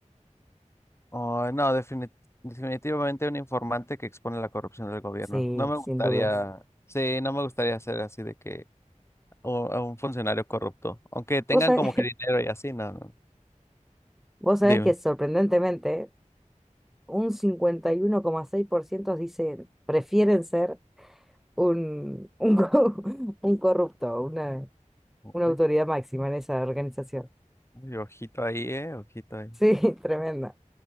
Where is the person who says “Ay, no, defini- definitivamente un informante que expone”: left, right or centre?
Left